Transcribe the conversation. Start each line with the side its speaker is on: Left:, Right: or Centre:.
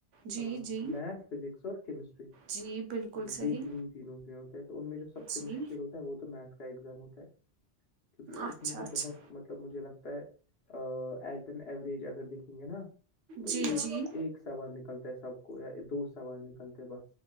Right: جی،
Left: ہاں
Right: جی،
Left: میتھ فزکس اور کیمسٹری
Right: جی، بالکل
Left: جی
Right: صحیح،
Left: یہ تین دنوں میں ہوتا ہے تو ان میں جو سب سے
Right: جی،
Left: مشکل ہوتا وہ تو میتھس کا ایگزام ہوتا ہے کیونکہ
Right: اچھا،
Left: اس میں سے
Right: اچھا،
Left: بہت مطلب مجھے لگتا ہے ایٹن ایوریج اگر دیکھیں گے نا تو
Right: جی،
Left: ایک
Right: جی،
Left: ایک سوال نکلتا ہے سب کو یا دو سوال نکلتے بس